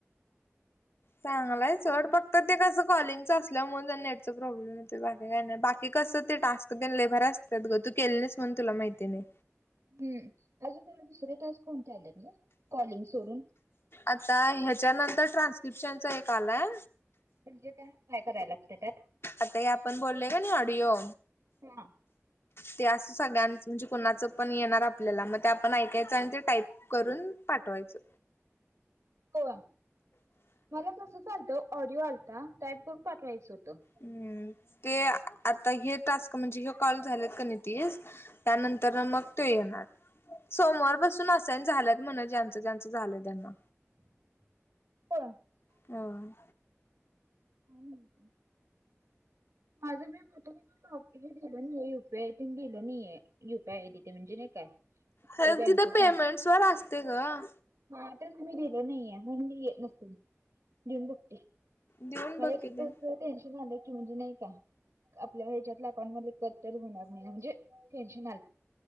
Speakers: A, on the left (about 55°); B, on the right (about 80°).
A: चांगलाय सोड फक्त ते कसं कॉलिंग च असल्यामुळ नेट चा प्रॉब्लेम येतोय बाकी काय नाही. बाकी कस ते टास्कतेन लय भारी असत्यात ग तू केली कोण तुला माहिती नाय.
B: हम्म अजून तुला दुसरे टास्क कोणते आले गं कॉलिंग सोडून.
A: आता ह्याच्या नंतर ट्रान्स्क्रिप्शनचा एक आलाय.
B: म्हणजे काय काय करायला लागतं त्यात?
A: आता हे आपण बोललोय का नाय ऑडिओ
B: हुना
A: ते असं सगळ्यांच म्हणजे कोणाचं पण येणार आपल्याला मग ते आपण ऐकायचं आणि ते टाईप करून पाठवायचं.
B: <inaudible> कव्हा मला तसं चालतं ऑडिओ आलता टाईप करून पाठवायचं होतं.
A: हम्म ते आता हे टास्क म्हणजे हे कॉल झालेत का नी तीस त्यानंतर मग तो येणार सोमवार पासून असाईन झाल्यात मम्हणं ज्यांचं ज्यांचं झालंय त्यांना.
B: <unintelligible>
A: अवाय
B: आणि येते माझं मी बी तुम्ही. <unintelligible> <unintelligible> दिलं नाहीेये यु पी आय तेन दिलं नाहीय यु पी आय आहे तिथे म्हणजे नाही काय
A: हे
B: बँकेच
A: तिथं पेमेंट्स वर असते गं.
B: हा तेच मी दिलं नाहीये म्हणून ही येत नसेल. देऊन बघते
A: देऊन
B: मला
A: बघ
B: एक एकदा
A: कि ते
B: असं टेन्शन आलंय की म्हणजे नाही ता आपल्या हेच्यातला अकाउंट मध्ये कट तरी होणार नाही म्हणजे टेनशन आल